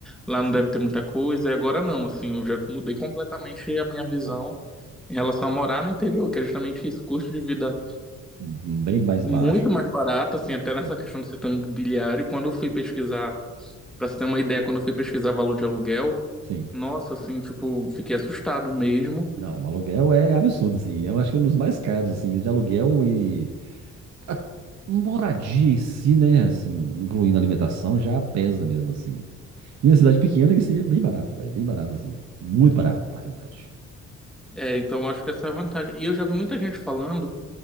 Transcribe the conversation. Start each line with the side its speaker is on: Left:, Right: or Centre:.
Centre: lá
Right: sim.
Centre: não deve ter muita coisa, e agora não, assim, eu já mudei completamente a minha visão
Right: Ah.
Centre: em relação a morar no interior, que é justamente isso, custo de vida
Right: Uhum, Bem mais
Centre: muito
Right: baixo, velho.
Centre: mais barato, assim, até nessa
Right: Sim.
Centre: questão do setor imobiliário, quando eu fui pesquisar, para você ter uma ideia, quando eu fui pesquisar valor de aluguel,
Right: sim.
Centre: nossa, assim, tipo, fiquei assustado mesmo.
Right: Não, um aluguel é absurdo, assim. Eu acho que é um dos mais caros, assim, mesmo de aluguel e a moradia em si, né? Assim, incluindo alimentação, já pesa mesmo, assim. E na cidade pequena, isso aí é bem barato, velho. Bem barato, assim. Muito barato, na realidade.
Centre: É, então eu acho que essa é a vantagem. E eu já vi muita gente falando,